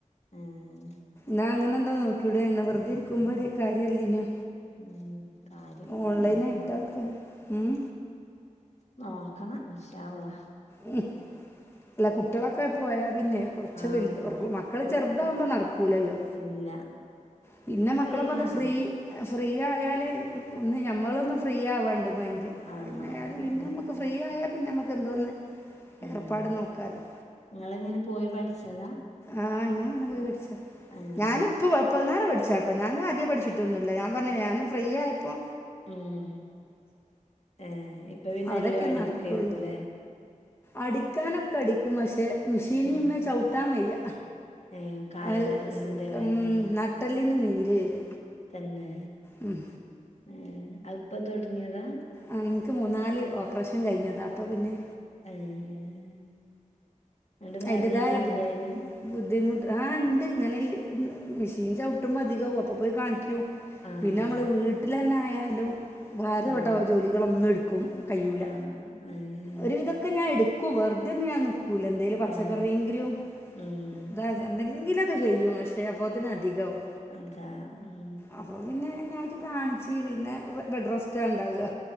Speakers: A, on the left; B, on the left.
A: ഏഹ്
B: ഞാൻ അങ്ങനെ എന്തോ നോക്കി ടേര്ന്നോ വറുതെ ഇരിക്കുമ്പോ ഒരു കാര്യല്ലേഞ്ഞോ
A: ഉം കാര്യൊക്കെ
B: ഓൺലൈനായിട്ട്
A: തന്നെ
B: ഒക്കെ ഉം
A: നോക്കണം ഇൻഷാ അള്ളാ
B: ഉം അല്ല കുട്ടികളൊക്കെ പോയാ പിന്നെ കുറച്ച്
A: ആഹ്
B: വെൽത്
A: പിന്നെ
B: മക്കള്
A: ഫ്രീയാ
B: ചെറുതാകുമ്പോ നടക്കൂലല്ലോ
A: ഇല്ല
B: പിന്നെ
A: ഇപ്പൊ
B: മക്കളൊക്കെന്ന്
A: ഫ്രീയാണ്
B: ഫ്രീ ഫ്രീ ആയാൽ ഒന്ന് ഞമ്മളൊന്ന് ഫ്രീ ആവാണ്ട് മൈൻറ്
A: ആഹ്
B: അഹ് പിന്നെ ആയാല് പിന്നെ
A: അതന്നെ
B: നമുക്ക് ഫ്രീ ആയാ പിന്നെ നമ്മുക്ക് എന്തോന്ന്
A: ഉം
B: ഏർപ്പാട് നോക്കാലോ
A: ഇങ്ങളെങ്ങനെ പോയി പഠിച്ചതാ
B: ആഹ് ഞാൻ അങ്ങനെ പോയി പഠിച്ച
A: ഏഹ്
B: ഞാനും ഇപ്പ പ്പന്നാരെ പഠിച്ചാ ട്ടോ ഞാനും ആദ്യ പഠിച്ചിട്ടൊന്നുല്ല ഞാന് പറഞ്ഞ ഞാനും ഫ്രീയായപ്പോ
A: ഉം ഏഹ് ഇപ്പ പിന്നെ
B: അവിടെയൊക്കെ
A: എല്ലോ അടി
B: നടക്കുള്ളൂ
A: കേക്കുലേ
B: അടിക്കാനൊക്കെ അടിക്കും പക്ഷെ മെഷീന്
A: ഉം
B: മ്മേര്ന്ന് ചവ്ട്ടാൻ വയ്യ
A: ഏഹ് കാല്
B: അഹ്
A: വേ അങ്ങനെ എന്തേ വേദന
B: ഉം
A: ഉണ്ടോ
B: നട്ടല്ലിന് നീര് വെര
A: തന്നെ
B: ഉം
A: ഏഹ് അഹ് പ്പ തൊടങ്ങേതാ
B: ആഹ് ഇൻക്ക് മൂന്നാല് ഓപ്പറേഷൻ കഴിഞ്ഞതാ അപ്പൊ പിന്നെ
A: ഏഹ് ന്നട്ട്
B: അതിൻ്റെതായ
A: മരുന്നൊന്നുല്ല
B: ബുദ്ധി
A: അയ്ന്
B: ബുദ്ധിമുട്ട് ആഹ് ണ്ട് ഇങ്ങനെ ഈ മെഷീൻ ചവിട്ടുമ്പോൾ അധികമാകവും അപ്പോ പോയി കാണിക്കും
A: ആഹ്
B: പിന്നെ നമ്മള് വീട്ടിലന്നെ ആയാലും ഭാരപെട്ട
A: ആഹ്
B: ജോലികളൊന്നും എടുക്കും കഴൂല
A: ആഹ് ഏഹ്
B: ഒരുവിധൊക്കെ ഞാൻ എട്ക്കും വെറ്തെന്നും ഞാൻ നിക്കൂല എന്തേലും പച്ചക്കറിയെങ്കിലും
A: ആഹ് ഉം
B: ഇത എന്തെങ്കിലൊ ക്കെ ചെയ്യും പക്ഷേ അപ്പോത്തിന് അധികാവും
A: അതാ ഉം
B: അപ്പൊ പിന്നെ അയ്നായിട്ട് കാണിച്ച് പിന്നെ ബെഡ് റെസ്റ്റ ണ്ടാക